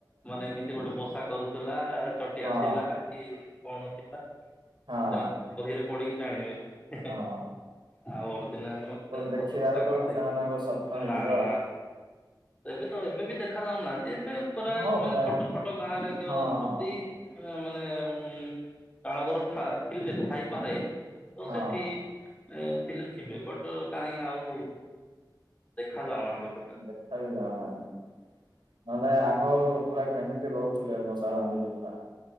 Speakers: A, on the left; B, on the right.
A: ମାନେ ଏମିତି ଗୋଟେ ବସା କରୁଥିଲା ଚଟିଆ
B: ହଁ
A: ଥିଲା କି କଣ ଥିଲା?
B: ହଁ
A: କଣ ବହିରେ ପଡିକି ଜାଣିବେ।
B: ହଁ
A: ଆଉ ଓରିଜିନାଲ ମେ
B: ଦେଖିବାର
A: ସତକଥା
B: ତ
A: କରିଦେଇ
B: ସେମାନଙ୍କର ସ୍ୱପ୍ନ ହେଇଯିବ
A: ନା
B: ଆଉ।
A: ନା ଏବେ ତ ଏବେ ବି ଦେଖା ଯାଉନାହାନ୍ତି ଏବେ ପୁରା
B: ହଁ ପରା
A: ମାନେ ଛୋଟ ଛୋଟ ଗାଁ ରେ ଯଦି
B: ହଁ ହଁ
A: ଆ ମାନେ ଉ ଚାଳଘର ଥା ଥିଲେ ଥାଇପାରେ ତ
B: ହଁ
A: ସେଠି ଏ ଥିଲେ ଥିବେ ବଟ କାହିଁ ଆଉ ଦେଖା ଯାଉନାହାନ୍ତି ପ୍ରକାର
B: ଦେଖା ବି ଯାଉନାହାନ୍ତି। ନହେଲେ ଆଗ ପୁରା କେମିତି ରହୁଥିଲେ ମଶା ରାନ୍ଧିକି ପୁରା